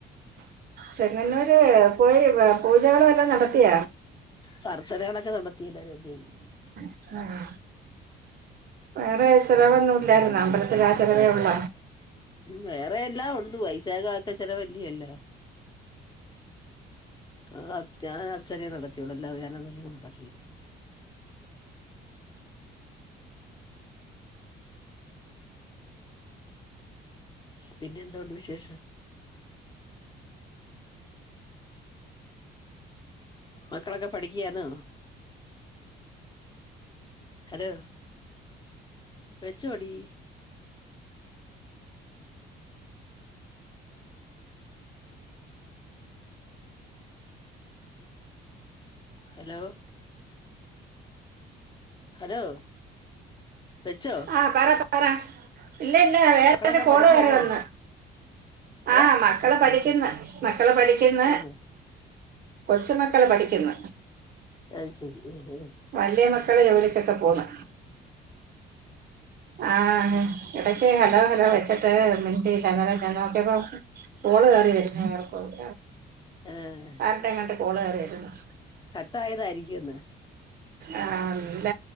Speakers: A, on the right (about 55°); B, on the left (about 25°).
A: ചെങ്ങന്നൂര് പോയി പൂജകളും എല്ലാം നടത്തിയ
B: പർച്ചരണൊക്കെ നടത്തിയില്ല രേബ്യയിൽ
A: <unintelligible> വേറെ ചെലവൊന്നും ഇല്ലായിരുന്ന അമ്പലത്തി ആഹ് ചിലവേ ഉള്ള
B: വേറെയല്ല ഉണ്ടെ വൈശാഖ ആക്കെ ചെലവല്യ എല്ലാം ആഹ് ഞാൻ അർച്ചനിയെ നടത്തിയോളൂ അല്ല ഞാന അതന്ന് നടത്തിയിട്ടുണ്ട് പിന്നെ എന്തൊണ്ട് വിശേഷം മക്കളൊക്കെ പഠിക്കയാന്നോ ഹലോ വെച്ചോടി ഹലോ ഹലോ വെച്ചോ
A: ആഹ് പറ പറ പറ ഇല്ല ഇല്ല വേറെ
B: മക്കളൊക്കെ
A: കോള്
B: പഠിക്കയാന്നോ
A: കയറി വന്ന് ആഹ്
B: ഏ
A: മാ മക്കള പഠിക്കുന്ന മക്കള പഠിക്കുന്ന
B: എന്ന്
A: കൊച്ച മക്കള് പഠിക്കുന്ന
B: അയ്ശരി ഉം ഉം
A: വലിയ മക്കള ജോലിക്കൊക്കെ പോണ് ആഹ് ഇടക്ക് ഹലോ ഹലോ വെച്ചിട്ട് മിണ്ടിയില്ല എന്നാരം ഞാൻ നോക്കിയപ്പോ കോള് കയറി <unintelligible>
B: ഏഹ്
A: ആരട്ട എങ്ങട്ട് കോള് കയറി വരുന്നു
B: കട്ടായതായിരിക്കുന്ന്
A: ആഹ് നല്ല